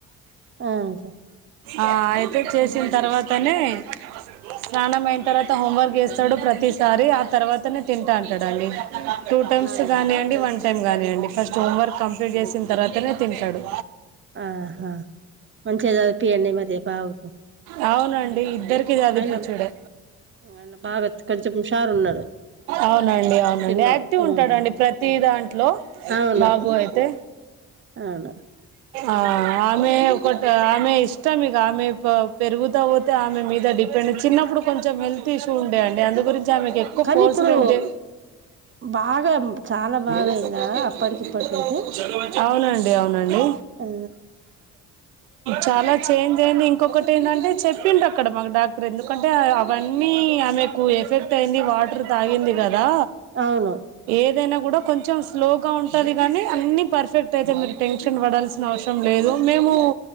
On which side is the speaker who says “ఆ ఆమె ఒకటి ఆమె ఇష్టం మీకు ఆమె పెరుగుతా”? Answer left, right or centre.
Right